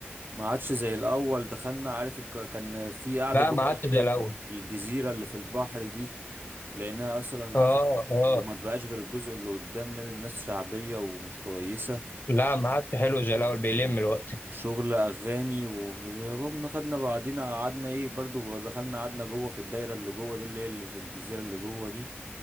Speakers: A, on the right; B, on the left.
A: ما عادش زي الاول دخلنا عارف الك- كان في قاعده
B: لا
A: جوه
B: ما قعدتش
A: اللي
B: زي
A: هي
B: الاول
A: الجزيره اللي في البحر دي لانها اصلا
B: اه
A: قفلت
B: اه
A: وما تبقاش غير الجزء اللي قدام لامم ناس شعبيه ومش كويسه
B: لا ما عادش حلو زي الاول بيلم الوقت
A: وشغل اغاني وهربنا خدنا بعدينا قعدنا ايه برضو دخلنا قعدنا جوه في الدايره اللي جوه دي اللي هي اللي- الجزيره اللي جوه دي